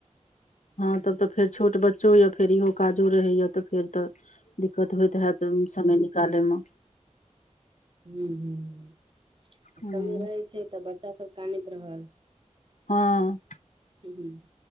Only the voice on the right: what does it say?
हूँ
हँ हँ आ
समय रहै छै तऽ बच्चा सब कानैत रहल
हूँ हूँ